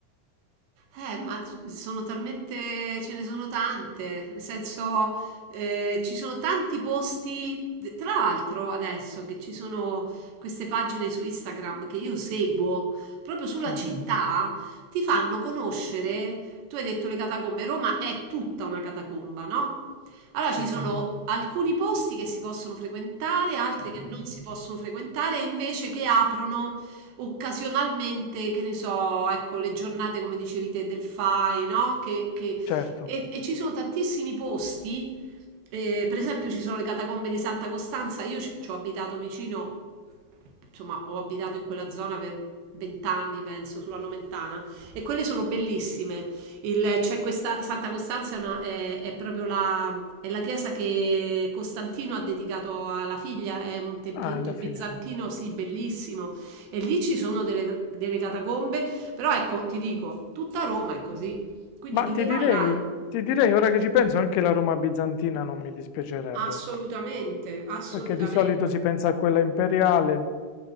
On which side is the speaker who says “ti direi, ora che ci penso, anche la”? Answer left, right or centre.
Left